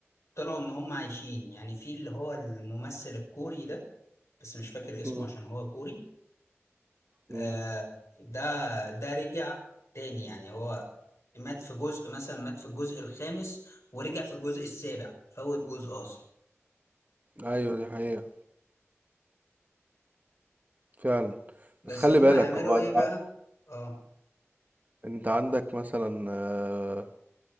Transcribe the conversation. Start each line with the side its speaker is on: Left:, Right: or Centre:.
Left: طلعوا إن هم عايشين يعني في اللي هو الممثل الكوري ده بس مش فاكر اسمه
Right: مم.
Left: عشان هو كوري آه
Right: مم.
Left: ده ده رجع تاني يعني هو مات في جزء مثلا مات في الجزء الخامس ورجع في الجزء السابع فوت جزء أصلا
Right: ايوه دي حقيقة فعلا
Left: بس
Right: بس خلي
Left: هم
Right: بالك
Left: يعملوا
Right: هو
Left: إيه بقى؟ اه
Right: انت عندك مثلا آه،